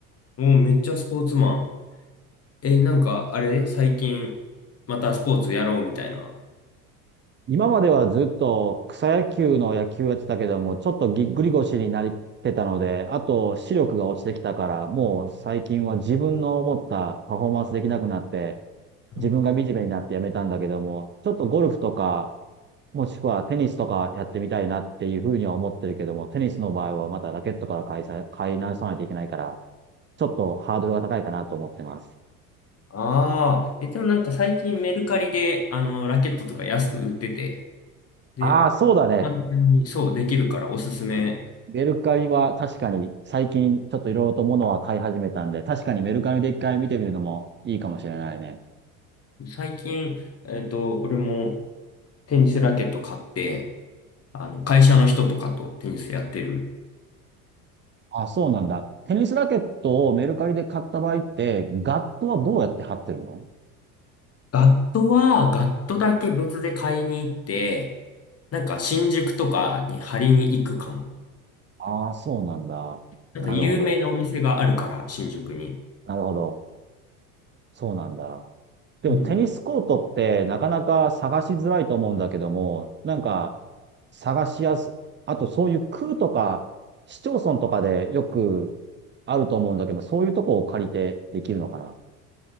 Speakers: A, on the left; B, on the right.
A: めっちゃスポーツマン。え、なんか、あれ最近、またスポーツやろうみたいな。
B: 今まではずっと草野球の野球やってたけども、ちょっとぎっくり腰になってたので、あと視力が落ちてきたから、もう最近は自分の思ったパフォーマンスできなくなって、自分が惨めになってやめたんだけども、
A: あ
B: ちょっとゴルフとか、もしくはテニスとかやってみたいなっていうふうには思ってるけども、テニスの場合はまたラケットから買いさ、買い直さないといけないから、ちょっとハードルが高いかなと思ってます。
A: あー、え、でもなんか最近メルカリで、あの、ラケットとか安く売ってて、で、
B: ああ、そうだね。
A: 簡単に、そう、できるからおすすめ。
B: メルカリは確かに最近ちょっといろいろと物は買い始めたんで、確かにメルカリで一回見てみるのもいいかもしれないね。
A: 最近、えっと、俺もテニスラケット買って、あの、会社の人とかとテニスやってる。
B: あ、そうなんだ。テニスラケットをメルカリで買った場合って、ガットはどうやって貼ってるの
A: ガットは、ガットだけ別で買いに行って、なんか新宿とかに張りに行くかも。
B: ああー、そうなんだ。
A: なんか有名なお店があるから、
B: なるほど。
A: 新宿に。
B: なるほど。そうなんだ。でもテニスコートってなかなか探しづらいと思うんだけども、
A: うん。
B: なんか探しやす、あとそういう区とか市町村とかでよくあると思うんだけど、そういうとこを借りてできるのかな。